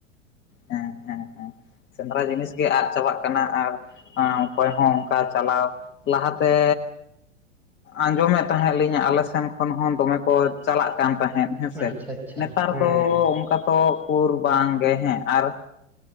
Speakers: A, on the left; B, in the centre.
A: ᱦᱮᱸ ᱦᱮᱸ ᱦᱮᱸ ᱥᱮᱸᱫᱽᱨᱟ ᱡᱤᱱᱤᱥ ᱜᱮ ᱟᱫ ᱪᱟᱵᱟᱜ ᱠᱟᱱᱟ ᱟᱨ ᱚᱠᱚᱭ ᱦᱚᱸ ᱚᱱᱠᱟ ᱪᱟᱞᱟᱣ ᱞᱟᱦᱟᱛᱮ ᱟᱸᱡᱚᱢᱮᱫ ᱛᱟᱦᱮᱸᱫ ᱞᱤᱧ ᱟᱞᱮ ᱥᱮᱱ ᱠᱷᱚᱱ ᱦᱚᱸ ᱫᱚ ᱢᱮ ᱠᱚ ᱪᱟᱞᱟᱜ ᱠᱟᱱ ᱛᱟᱦᱮᱸᱫ ᱦᱮᱸ ᱥᱮ
B: ᱟᱪᱪᱷᱟ ᱟᱪᱪᱷᱟ
A: ᱱᱮᱛᱟᱨ
B: ᱦᱮᱸ
A: ᱫᱚ ᱚᱱᱠᱟ ᱛᱚ ᱩᱠᱩᱨ ᱵᱟᱝ ᱜᱮ ᱦᱮᱸ ᱟᱨ